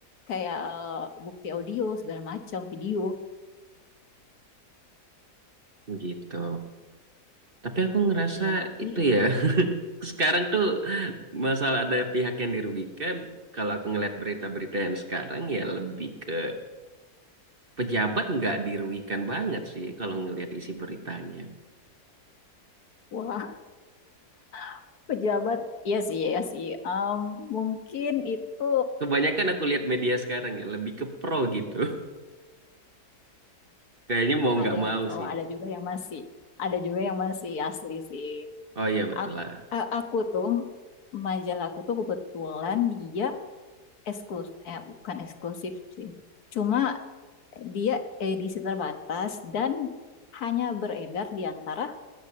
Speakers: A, on the left (about 70°); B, on the right (about 35°).
A: kayak eh, bukti audio segala macam video
B: Gitu. Tapi aku ngerasa
A: ya memang iya
B: itu ya Sekarang tuh masalah ada pihak yang dirugikan. Kalau aku ngeliat berita-berita yang sekarang ya lebih ke pejabat nggak dirugikan banget sih kalau ngelihat isi beritanya.
A: wah <laughs> pejabat iya sih iya sih Em, mungkin itu
B: Kebanyakan aku lihat media sekarang ya lebih ke pro gitu. <laughs> Kayaknya mau
A: ada
B: nggak mau
A: yang pro
B: sih.
A: ada juga yang masih ada juga yang masih asli sih
B: Oh iya betul
A: aku
B: lah.
A: a- aku tuh majalah aku tuh kebetulan dia eksklusif eh bukan eksklusif sih cuma dia edisi terbatas dan hanya beredar di antara